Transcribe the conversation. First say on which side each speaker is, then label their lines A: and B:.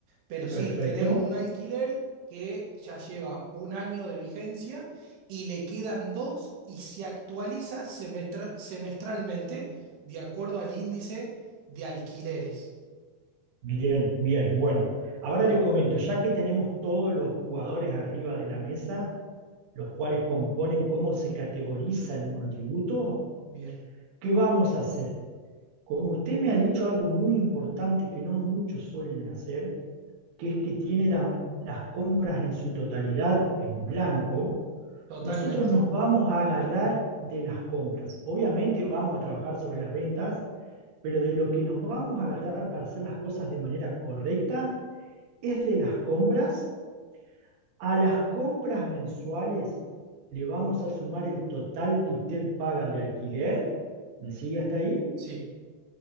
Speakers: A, on the right; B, on the right.
A: pero sí,
B: perfecto.
A: tenemos un alquiler que ya lleva un año de vigencia y le quedan dos y se actualiza semetra- semestralmente de acuerdo al índice de alquileres.
B: Bien, bien. Bueno, ahora le comento, ya que tenemos todos los jugadores arriba de la mesa, los cuales componen cómo se categoriza el monotributo,
A: Bien,
B: ¿qué vamos a hacer? Como usted me ha dicho algo muy importante que no muchos suelen hacer, que es que tiene la- las compras en su totalidad en blanco,
A: totalmente.
B: nosotros nos vamos a agarrar de las compras. Obviamente vamos a trabajar sobre las ventas, pero de lo que nos vamos a agarrar para hacer las cosas de manera correcta es de las compras. A las compras mensuales le vamos a sumar el total que usted paga de alquiler. ¿Me sigue hasta ahí?
A: Sí,